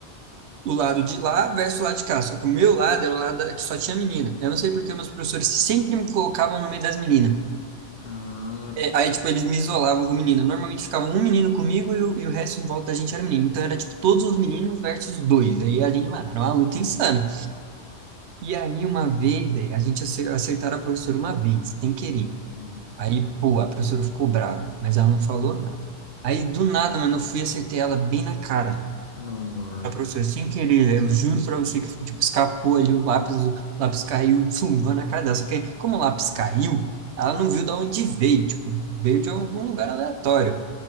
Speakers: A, on the right; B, on the left.
A: o lado de lá versus o lado de cá. Só que o meu lado era o lado da- que só tinha menina. Eu não sei porque meus professores sempre me colocavam no meio das meninas.
B: Ah,
A: É, Aí, tipo, eles me isolavam com menina. Normalmente ficava um menino comigo e o, e o resto em volta da gente era menino. Então era, tipo, todos os meninos versus dois. Aí a gente, mano, era uma luta insana. E aí, uma vez, velho, a gente acer- acertaram a professora uma vez, sem querer.
B: Hum.
A: Aí, pô, a professora ficou brava, mas ela não falou nada. Aí, do nada, mano, eu fui e acertei ela bem na cara.
B: não.
A: A professora, sem querer, eu juro pra você que, tipo, escapou ali o lápis, o lápis caiu, chuva na cara dela. Só que, aí, como o lápis caiu, ela não viu de onde veio, tipo, veio de algum lugar aleatório,